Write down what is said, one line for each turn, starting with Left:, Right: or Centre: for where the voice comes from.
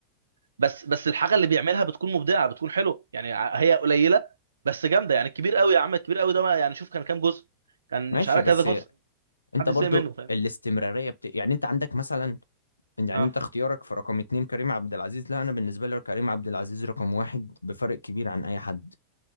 Right: بس بس الحاجه اللي بيعملها بتكون مبدعه بتكون حلوه يعني ع- هي قليله بس جامده يعني الكبير قوي يا عم الكبير قوي ده ما يعني شوف كان كام جزء كان
Left: ماشي
Right: مش عارف
Left: بس
Right: كذا جزء
Left: انت
Right: محدش
Left: برضو
Right: زهق منه فاهم
Left: الاستمرارية بت... يعني انت عندك مثلا يعني
Right: اه
Left: انت اختيارك في رقم اتنين كريم عبد العزيز لا انا بالنسبه لي كريم عبد العزيز رقم واحد بفرق كبير عن اي حد